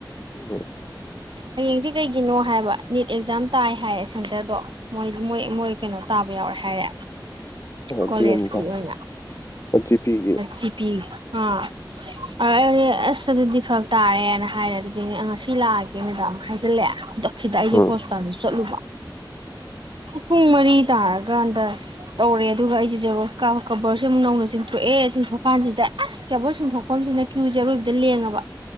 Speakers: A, on the left (about 35°); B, on the right (about 75°).
A: ꯎꯝ
B: ꯍꯌꯦꯡꯗꯤ ꯀꯩꯒꯤꯅꯣ ꯍꯥꯏꯕ ꯅꯤꯠ ꯑꯦꯛꯖꯥꯝ ꯇꯥꯏ ꯍꯥꯏꯔꯦ ꯁꯦꯟꯇꯔꯗꯣ ꯃꯣꯏ ꯃꯣꯏ ꯃꯣꯏ ꯀꯩꯅꯣ ꯇꯥꯕ ꯌꯥꯎꯔꯦ ꯍꯥꯏꯔꯦ
A: ꯑꯣ
B: ꯀꯣꯂꯦꯖꯀꯤ
A: ꯗꯤ ꯑꯦꯝꯗ
B: ꯑꯣꯏꯅ
A: ꯑꯣ ꯖꯤ ꯄꯤꯒꯤ
B: ꯖꯤ ꯄꯤ ꯑ ꯑꯩꯗꯤ ꯑꯁ ꯑꯗꯨꯗꯤ ꯐꯔꯛ ꯇꯥꯔꯦꯅ ꯍꯥꯏꯔꯦ ꯑꯗꯨꯗꯤ ꯉꯁꯤ ꯂꯥꯛꯑꯒꯦ ꯃꯦꯗꯥꯝ ꯍꯥꯏꯖꯤꯜꯂꯛꯑꯦ ꯈꯨꯗꯛ ꯁꯤꯗ ꯑꯩꯁꯦ
A: ꯎꯝ
B: ꯍꯣꯁꯄꯤꯇꯥꯜꯗꯁꯨ ꯆꯠꯂꯨꯕ ꯄꯨꯡ ꯃꯔꯤ ꯇꯥꯔꯀꯥꯟꯗ ꯇꯧꯔꯦ ꯑꯗꯨꯒ ꯑꯩꯁꯦ ꯖꯦꯔꯣꯁꯀꯥ ꯀꯕꯔꯁꯦ ꯑꯃꯨꯛ ꯅꯧꯅ ꯆꯤꯡꯊꯣꯛꯑꯦ ꯆꯤꯡꯊꯣꯛꯀꯥꯟꯁꯤꯗ ꯑꯁ ꯀꯦꯕꯣꯔ ꯁꯤꯟꯊꯣꯛꯐꯝꯁꯤꯅ ꯀ꯭ꯌꯨꯁꯦ ꯑꯔꯣꯏꯕꯗ ꯂꯦꯡꯉꯕ